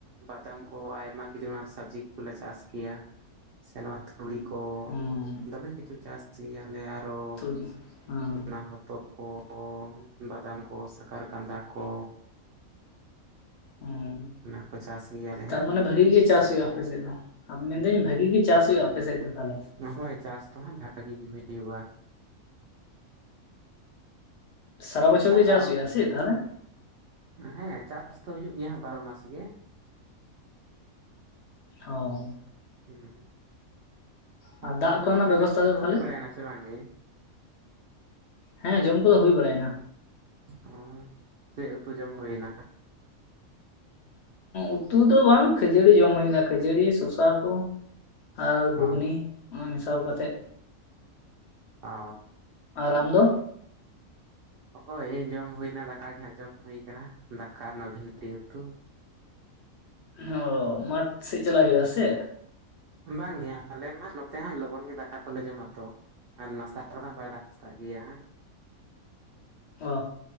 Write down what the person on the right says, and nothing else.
ᱵᱟᱫᱟᱢ ᱠᱚ ᱟᱭᱢᱟᱼᱼ ᱠᱤᱪᱷᱩ ᱥᱚᱵᱽᱡᱤ ᱠᱚᱞᱮ ᱪᱟᱥ ᱜᱮᱭᱟ ᱥᱮ ᱱᱚᱣᱟᱼᱼ ᱛᱩᱲᱤ ᱠᱚ
ᱫᱚᱢᱮ ᱠᱤᱪᱷᱩ ᱪᱟᱥ ᱜᱮᱭᱟ ᱞᱮ ᱟᱨᱼᱼ ᱟᱨᱚ
ᱚᱱᱟ ᱦᱚᱛᱚᱫ ᱠᱚ ᱵᱟᱫᱟᱢ ᱠᱚ ᱥᱟᱼᱼ ᱠᱟᱨ ᱠᱟᱸᱫᱟ ᱠᱚᱼᱼ
ᱚᱱᱟ ᱠᱚ ᱪᱟᱥ ᱜᱮᱭᱟᱞᱮ ᱦᱟᱸᱜ
ᱱᱚᱦᱚᱭ ᱪᱟᱥ ᱫᱚ ᱦᱟᱸᱜ ᱵᱷᱟᱜᱤ ᱜᱮ ᱦᱩᱭᱩᱜᱼᱟ᱾
ᱦᱟᱛᱟᱣ
ᱦᱮᱸ ᱪᱟᱥ ᱫᱚ ᱦᱩᱭᱩᱜ ᱜᱮᱭᱟ ᱦᱟᱜ ᱵᱟᱨᱚ ᱢᱟᱥ ᱜᱮᱼᱼ
ᱦᱩᱸ
ᱛᱟᱦᱚᱞᱮ
ᱜᱚᱝᱠᱮ
ᱡᱚᱢ
ᱠᱚᱫᱚ
ᱦᱩᱭ ᱵᱟᱲᱟᱭ ᱮᱱᱟ ᱥᱮ ᱵᱟᱝ ᱜᱮ?
ᱚ ᱪᱮᱫ ᱩᱛᱩ ᱡᱚᱢ ᱦᱳᱭᱱᱟ?
ᱚ
ᱳᱻ
ᱦᱳᱭ ᱡᱚᱢ ᱦᱩᱭᱱᱟ ᱫᱟᱠᱟ ᱜᱮ ᱦᱟᱸᱜ ᱡᱚᱢ ᱦᱩᱭ ᱠᱟᱱᱟ ᱫᱟᱠᱟ ᱚᱱᱟ ᱵᱷᱤᱱᱰᱤ ᱩᱛᱩ,
ᱵᱟᱝ ᱜᱮ ᱟᱞᱮ ᱢᱟ ᱱᱚᱛᱮ ᱦᱟᱸᱜ ᱞᱚᱜᱚᱱ ᱜᱮ ᱫᱟᱠᱟ ᱠᱚᱞᱮ ᱡᱚᱢᱟ ᱛᱚ᱾ ᱟᱨ ᱱᱟᱥᱛᱟ ᱠᱚ ᱫᱚ ᱵᱟᱭ ᱱᱟᱥᱛᱟᱜ ᱜᱮᱭᱟ᱾